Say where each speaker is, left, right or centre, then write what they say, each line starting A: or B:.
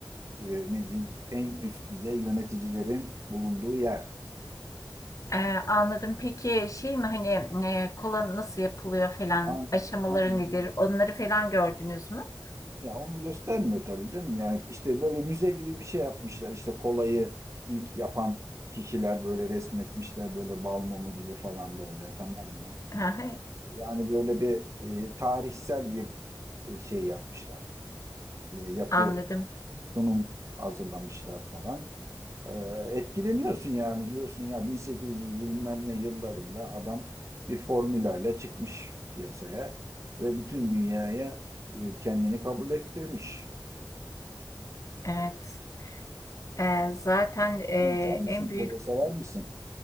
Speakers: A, on the right; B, on the left.
A: e, ne diyeyim en üst düzey yöneticilerin bulunduğu yer.
B: Ee, anladım. Peki şey mi hani e, kola nasıl yapılıyor falan
A: Aynen,
B: aşamaları
A: aynen.
B: nedir? Onları falan gördünüz mü?
A: Ya onu göstermiyor tabii canım. Yani işte böyle müze gibi bir şey yapmışlar. İşte kolayı ilk yapan kişiler böyle resmetmişler böyle bal mumu gibi falan böyle tamam mı?
B: Hı hı,
A: Yani böyle bir e, tarihsel bir e, şey yapmışlar. E, yapı
B: Anladım.
A: sunum hazırlamışlar falan. Ee, etkileniyorsun yani diyorsun ya 1800'lü bilmem ne yıllarında adam bir formülayla çıkmış piyasaya ve bütün dünyaya e, kendini kabul ettirmiş.
B: Evet. Ee, zaten e,
A: Sen içer misin?
B: en büyük
A: Kola sever misin?